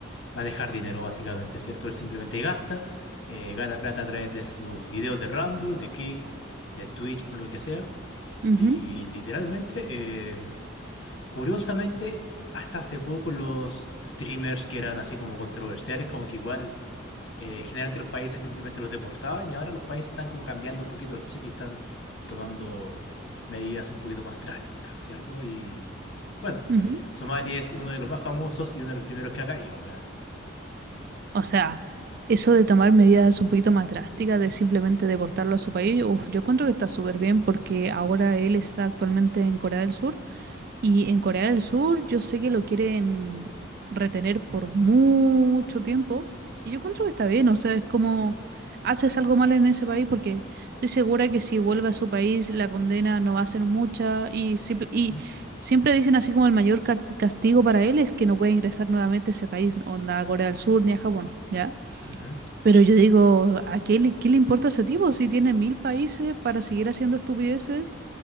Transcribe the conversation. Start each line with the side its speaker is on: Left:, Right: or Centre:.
Left: manejar dinero básicamente, ¿cierto? Él simplemente gasta, eh, gana plata a través de sus videos de Rumble, de Kick, de Twitch o lo que sea.
Right: ujú,
Left: Y literalmente, eh, curiosamente, hasta hace poco los streamers que eran así como controversiales, como que igual eh, generalmente los países simplemente los deportaban y ahora los países están como cambiando un poquito el chip y están tomando medidas un poquito más drásticas, ¿cierto? Y bueno,
Right: ujú.
Left: Somalia es uno de los más famosos y uno de los primeros que ha caído acá.
Right: O sea, eso de tomar medidas un poquito más drásticas, de simplemente deportarlo a su país, uf, yo encuentro que está súper bien porque ahora él está actualmente en Corea del Sur. Y en Corea del Sur yo sé que lo quieren retener por mucho tiempo. Y yo encuentro que está bien, o sea, es como haces algo mal en ese país porque estoy segura que si vuelve a su país la condena no va a ser mucha. Y, simple- y
Left: Ujú,
Right: siempre dicen así como el mayor cas- castigo para él es que no puede ingresar nuevamente a ese país, onda a Corea del Sur ni a Japón, ¿ya?
Left: ujú,
Right: Pero yo digo, ¿a qué le, qué le importa a ese tipo si tiene mil países para seguir haciendo estupideces?